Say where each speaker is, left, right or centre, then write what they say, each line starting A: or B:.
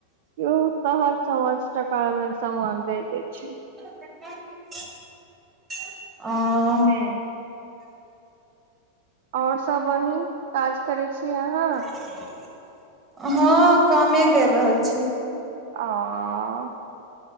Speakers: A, on the right; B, on the right.
A: <unintelligible> टका मे सामान दे देय छै
B: <inaudible>
A: ' <inaudible> और सब बहिन काज करै छी अहाँ
B: <unintelligible> हँ कमे कर रहल छी
A: आ <unintelligible>